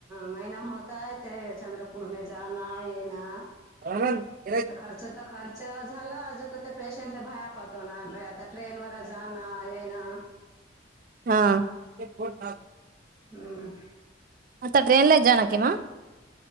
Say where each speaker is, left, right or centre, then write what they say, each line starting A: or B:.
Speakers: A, on the right; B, on the right.
A: महिना होता आहे ते चंद्रपूर मे जाना येना.
B: <unintelligible>
A: खर्च तर खर्च झाला अजो क ते पेशंटला भया पतो ना आता ट्रेन वर जाणा हा आहेय ना.
B: हा.
A: हम्म.
B: आता ट्रेनला जाणे की मग?